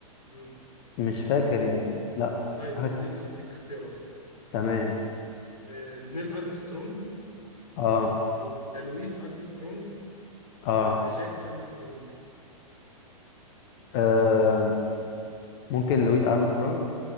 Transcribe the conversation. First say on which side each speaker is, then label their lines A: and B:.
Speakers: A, on the left (about 85°); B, on the left (about 40°).
A: مم.
B: مش فاكر يعني لا
A: طيب
B: حاجة-
A: اديك اديك اختيارات
B: تمام
A: آه، نيل ارمسترونج
B: اه
A: ولا لويس ارمسترونج
B: اه
A: ولا جاك ارمسترونج
B: آه، ممكن لويس ارمسترونج